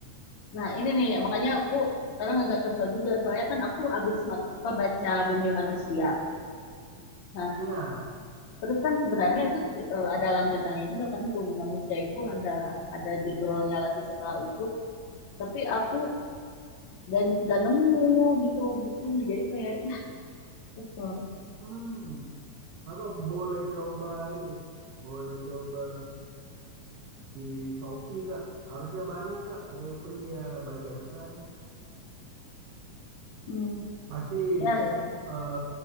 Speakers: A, on the left (about 40°); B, on the right (about 80°).
A: Nah, ini nih, makanya aku sekarang agak kesel juga. Soalnya kan aku habis ma- apa, baca Bumi Manusia. Nah,
B: ya
A: terus kan sebenarnya itu eh, ada lanjutannya juga kan Bumi Manusia itu ada ada judulnya lagi setelah itu. Tapi aku gak, gak nemu gitu bukunya. Jadi kayak, ya, kesel. deh.
B: hmm aku boleh coba ini boleh coba di Shopee kak harusnya banyak kak walaupun dia bajakan
A: Hmm,
B: pasti
A: iya ya.
B: eh